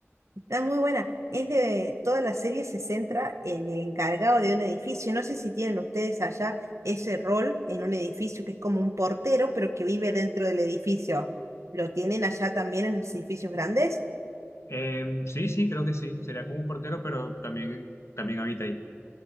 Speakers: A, on the right; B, on the left.
A: Está muy buena. Es de, toda la serie se centra en el encargado de un edificio. No sé si tienen ustedes allá ese rol en un edificio que es como un portero, pero que vive dentro del edificio. ¿Lo tienen allá también en los edificios grandes?
B: Eh, sí, sí, creo que sí, sería como un portero, pero también, también habita ahí.